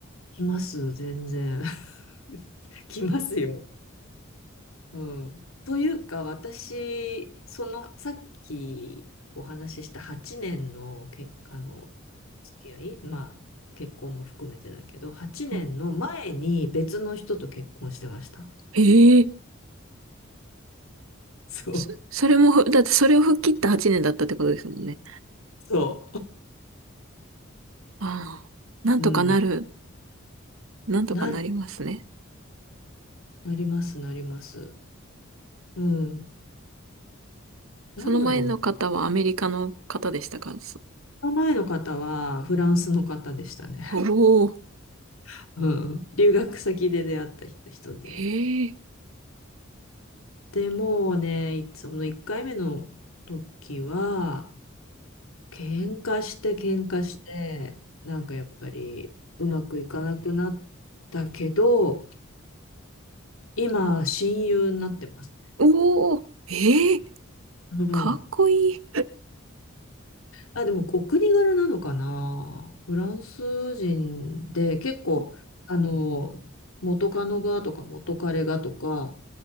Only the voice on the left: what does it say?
来ます、全然。<laughs> 来ますよ。うん。というか、私、その、さっきお話しした8年の結果の付き合い、まあ、結婚も含めてだけど、8年の前に別の人と結婚してました。
そう。
そ
う。うん。
なる、なります、なります。うん。なんだろう。
その前の方はフランスの方でしたね。
<laughs> うん。留学先で出会った人で。
でもうね、その1回目の時は、喧嘩して喧嘩して、なんかやっぱりうまくいかなくなったけど、今、親友になってますね。
うん。
あ、でもお国柄なのかな。フランス人で結構、あの、元カノがとか元彼がとか、